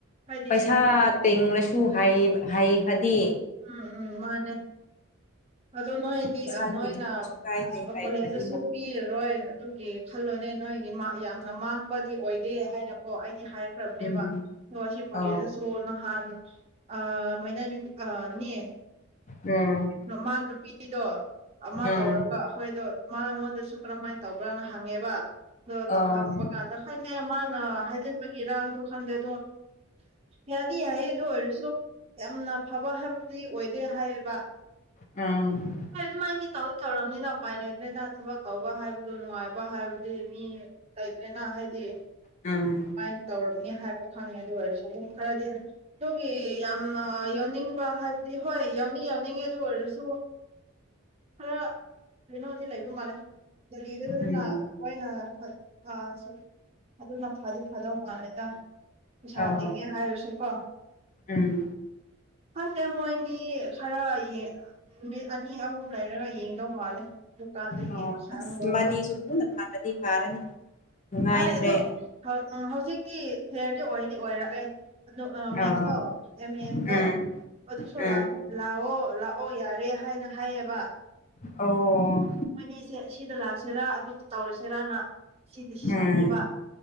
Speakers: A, on the right; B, on the left.
A: ꯍꯥꯏꯗꯤ
B: ꯄꯩꯁꯥ
A: ꯁꯞꯄꯣꯔꯠ
B: ꯇꯤꯡꯂꯁꯨ ꯍꯥꯏꯌꯦ ꯍꯥꯏꯌꯦ ꯈ꯭ꯔꯗꯤ
A: ꯎꯝ ꯎꯝ ꯃꯥꯅꯦ ꯑꯗꯣ ꯅꯣꯏꯅꯤ
B: ꯄꯩꯁꯥ
A: ꯑ ꯅꯣꯏꯅ
B: ꯇꯤꯡꯕꯁꯨ ꯀꯥꯏꯗꯦ ꯍꯩꯈ꯭ꯔꯗꯤ
A: ꯀꯣꯂꯦꯖꯇꯁꯨ
B: ꯃꯥ
A: ꯄꯤꯔꯔꯣꯏ ꯑꯗꯨꯒꯤ ꯈꯜꯂꯣꯅꯦ ꯅꯣꯏꯒꯤ ꯌꯥꯝꯅ ꯃꯥꯡꯕꯗꯤ ꯑꯣꯏꯗꯦ ꯍꯥꯏꯅ ꯑꯣ ꯑꯩꯗꯤ ꯍꯥꯏꯔꯈ꯭ꯔꯕꯅꯦꯕ
B: ꯎꯝ
A: ꯅꯣ ꯑꯁꯤꯞ ꯄꯣꯔꯇꯦꯁ
B: ꯑꯧ
A: ꯇꯣ ꯅꯍꯥꯟ ꯑ ꯃꯩꯅ ꯅꯨꯃꯤ ꯑꯅꯦ
B: ꯎꯝ
A: ꯇꯣ ꯃꯥ ꯅꯨꯄꯤꯗꯣ ꯑꯃ
B: ꯎꯝ
A: ꯇꯧꯔꯒ ꯑꯈꯣꯏꯗꯣ ꯃꯥ ꯑꯩꯉꯣꯟꯗꯁꯨ ꯀꯔꯝꯍꯥꯏꯟ ꯇꯧꯕ꯭ꯔꯥꯅ ꯍꯪꯉꯦꯕ ꯑꯗꯣ ꯇꯧꯍꯥꯡꯕ
B: ꯑꯧ
A: ꯀꯥꯟꯗ ꯈꯪꯗꯦ ꯃꯥꯅ ꯍꯥꯏꯖꯤꯟꯕꯒꯤ ꯏꯔꯥꯡꯗꯣ ꯈꯪꯗꯦ ꯑꯗꯣ ꯌꯥꯗꯤ ꯌꯥꯏꯌꯦ ꯑꯗꯣ ꯑꯣꯏꯔꯁꯨ ꯌꯥꯝꯅ ꯐꯕ ꯍꯥꯏꯕꯗꯨꯗꯤ ꯑꯣꯏꯗꯦ ꯍꯥꯏꯌꯦꯕ
B: ꯎꯝ
A: ꯍꯣꯏ ꯑꯗꯨꯃꯥꯏꯟꯗꯤ ꯇꯧꯗꯤ ꯇꯧꯔꯝꯅꯤꯅ ꯎꯄꯥꯏ ꯂꯩꯇ꯭ꯔꯦꯗ ꯊꯕꯛ ꯇꯧꯕ ꯍꯥꯏꯕꯗꯣ ꯅꯨꯡꯉꯥꯏꯕ ꯍꯥꯏꯕꯗꯤ ꯃꯤ ꯇꯥꯏꯗ꯭ꯔꯦ ꯅ ꯍꯥꯏꯗꯤ
B: ꯎꯝ
A: ꯑꯩ ꯇꯧꯔꯝꯅꯤ ꯍꯥꯏꯕ ꯈꯪꯉꯦ ꯑꯗꯨ ꯑꯣꯏꯔꯁꯨ ꯑꯗꯨꯝ ꯈꯔꯗꯤ ꯑꯗꯨꯒꯤ ꯌꯥꯝꯅ ꯌꯥꯎꯅꯤꯡꯕ ꯍꯥꯏꯕꯗꯤ ꯍꯣꯏ ꯌꯥꯎꯅꯤꯡ ꯌꯥꯎꯅꯤꯡꯉꯤ ꯑꯗꯨ ꯑꯣꯏꯔꯁꯨ ꯈꯔ ꯀꯩꯅꯣꯗꯤ ꯂꯩꯕ ꯃꯥꯜꯂꯦ <unintelligible>
B: ꯎꯝ
A: ꯑꯣꯏꯅ ꯐꯠ ꯑꯥ ꯁꯨꯝ ꯑꯗꯨꯅ ꯐꯥꯗꯤ ꯐꯥꯗꯧ ꯃꯥꯜꯂꯦꯗ ꯄꯩꯁꯥ
B: ꯑꯧ
A: ꯇꯤꯉꯦ ꯍꯥꯏꯔꯁꯨꯀꯣ
B: ꯎꯝ
A: ꯈꯪꯗꯦ ꯃꯣꯏꯅꯤ ꯈꯔ ꯒꯤ ꯅꯨꯃꯤꯠ ꯑꯅꯤ ꯑꯍꯨꯝ ꯂꯩꯔꯒ ꯌꯦꯡꯗꯧ ꯃꯥꯜꯂꯦ ꯗꯨꯀꯥꯟꯗ ꯌꯦꯡ
B: ꯑꯣ
A: ꯁꯪꯗꯧ
B: ꯑꯁ ꯃꯅꯤꯁꯨ
A: ꯃꯥꯜꯂꯦ
B: ꯊꯨꯅ ꯐꯪꯉꯗꯤ ꯐꯥꯔꯅꯤ ꯅꯨꯡꯉꯥꯏꯇ꯭ꯔꯦ
A: ꯍꯣꯏ ꯑꯗꯣ ꯍꯧ ꯍꯧ ꯍꯧꯖꯤꯛꯇꯤ ꯄ꯭ꯂꯦꯌꯔꯗꯤ ꯑꯣꯏꯗꯤ ꯑꯣꯏꯔꯛꯑꯦ ꯑꯗꯨ ꯑ ꯃꯦꯛꯁꯇꯣ
B: ꯑꯥ
A: ꯑꯦꯃꯦꯁꯇꯣ
B: ꯎꯝ
A: ꯑꯗꯨꯁꯨ
B: ꯎꯝ
A: ꯂꯥꯛꯄ ꯂꯥꯛꯑꯣ ꯂꯥꯛꯑꯣ ꯌꯥꯔꯦ ꯍꯥꯏꯅ ꯍꯥꯏꯌꯦꯕ
B: ꯑꯣ
A: ꯃꯣꯏꯅꯤꯁꯦ ꯁꯤꯗ ꯂꯥꯛꯁꯤꯔꯥ ꯑꯗꯨꯝꯗ ꯇꯧꯔꯁꯤꯔꯅ ꯁꯤ ꯗꯤꯁꯤꯁꯟꯅꯦꯕ
B: ꯎꯝ